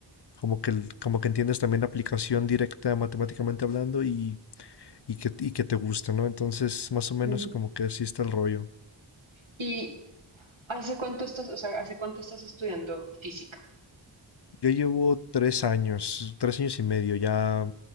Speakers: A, on the left (about 60°); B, on the right (about 80°).
A: como que, el- como que entiendes también la aplicación directa matemáticamente hablando y, y que, y que te gusta, ¿no? Entonces, más o menos
B: Mm.
A: como que así está el rollo.
B: ¿Y hace cuánto estás, o sea, hace cuánto estás estudiando física?
A: Yo llevo tres años, tres años y medio, ya